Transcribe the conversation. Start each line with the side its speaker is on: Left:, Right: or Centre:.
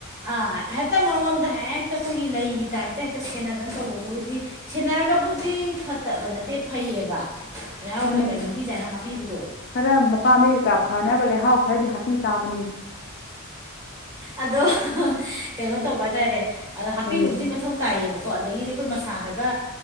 Right: ꯑ ꯍꯦꯛꯇ ꯃꯉꯣꯟꯗ ꯍꯦꯛꯇ ꯑꯩꯈꯣꯏꯒꯤ ꯂꯩꯒꯤ ꯇꯥꯏꯞꯇ ꯍꯦꯛꯇ ꯁꯦꯟꯅꯔꯅ ꯇꯧꯕꯕꯨꯗꯤ ꯁꯦꯟꯅꯔꯒꯕꯨꯗꯤ ꯐꯠꯇꯕ ꯅꯠꯇꯦ ꯐꯩꯌꯦꯕ ꯂꯩꯍꯥꯎ
Left: ꯍꯣꯏꯅꯦ
Right: ꯀꯩꯀꯥ ꯅꯤꯡꯊꯤꯖꯥꯏꯅ ꯍꯥꯞꯄꯤꯕꯗꯣ
Left: ꯈꯔ ꯃꯄꯥꯝꯝꯕꯩ ꯀꯩꯀꯥ ꯐꯅꯕ ꯂꯩꯍꯥꯎ ꯈꯔꯗꯤ ꯍꯥꯞꯄꯤ ꯇꯥꯕꯅꯤ
Right: ꯑꯗꯣ ꯀꯩꯅꯣ ꯇꯧꯕ ꯍꯥꯏꯇꯥꯔꯦ ꯑꯗꯣ ꯍꯥꯞꯄꯤꯕꯕꯨꯗꯤ
Left: ꯎꯝ
Right: ꯃꯊꯧ ꯇꯥꯏꯌꯦꯕꯀꯣ ꯀꯣ ꯑꯗꯒꯤꯗꯤ ꯑꯩꯈꯣꯏ ꯃꯁꯥꯗꯒ